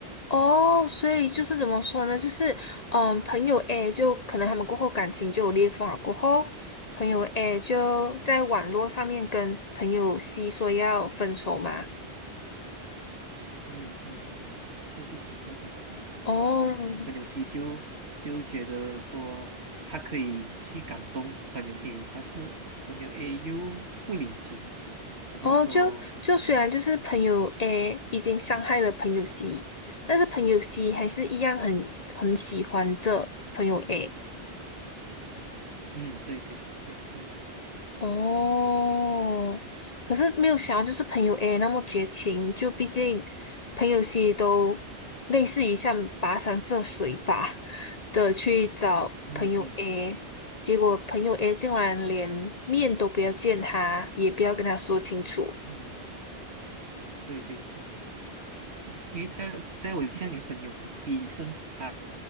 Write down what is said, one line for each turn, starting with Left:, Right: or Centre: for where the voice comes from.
Left: 哦，所以就是怎么说呢？就是嗯，朋友 A 就可能他们过后感情就有裂缝了，过后朋友 A 就在网络上面跟朋友 C 说要分手嘛。
Right: 嗯嗯嗯，是是是是这样子。
Left: 哦
Right: 然后朋友 C 就就觉得说他可以去感动朋友 A，但是朋友 A 又不领情，他就说
Left: 哦，就就虽然就是朋友
Right: 嗯
Left: A 已经伤害了朋友 C，但是朋友 C 还是一样很很喜欢这朋友 A。
Right: 嗯对对对的对的，
Left: 哦，可是没有想到，就是朋友 A 那么绝情，就毕竟朋友 C 都类似于像跋山涉水吧的去找朋友
Right: 嗯嗯嗯
Left: A，结果朋友 A 竟然连面都不要见他，也不要跟他说清楚。
Right: 嗯对对对。因为在在我印象里，朋友 C 甚至还